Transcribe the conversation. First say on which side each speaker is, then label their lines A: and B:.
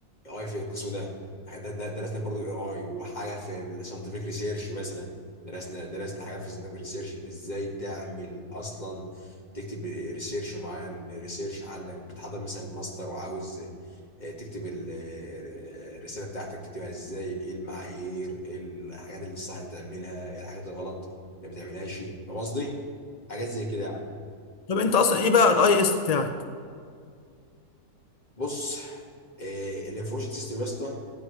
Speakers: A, on the left (about 30°); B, on the left (about 60°).
A: اي اي في القسم ده ده, ده درسنا برضو اي اي وحاجه في الساينتفك ريسيرش مثلا درسنا درسنا حاجات في الساينتفك ريسيرش ازاي تعمل اصلا تكتب ريسيرش معين ريسيرش عندك بتحضر مثلا ماستر وعاوز آه، تكتب ال- آه، الرساله بتاعتك تكتبها ازاي ايه المعايير ايه الحاجات اللي الصح بتعملها ايه الحاجات الغلط اللي ما تعملهاش فاهم قصدي حاجات زي كده يعني
B: طب انت اصلا ايه بقى الاي اس بتاعك
A: بص إيه، الانفورميشن سيستم يا اسطى